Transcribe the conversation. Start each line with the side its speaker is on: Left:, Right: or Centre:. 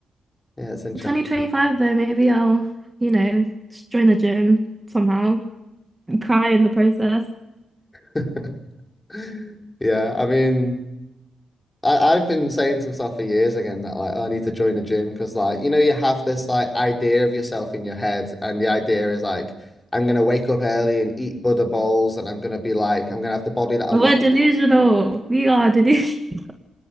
Left: yeah, it's interesting.
Right: 2025 though, maybe I'll, you know, just join the gym somehow and cry in the process.
Left: <laughs> Yeah, I mean, I, I've been saying to myself for years again that like oh, I need to join a gym because like you know you have this like idea of yourself in your head and the idea is like I'm gonna wake up early and eat Buddha bowls and I'm gonna be like I'm gonna have the body that I
Right: We're
Left: want.
Right: delusional. We are delusional.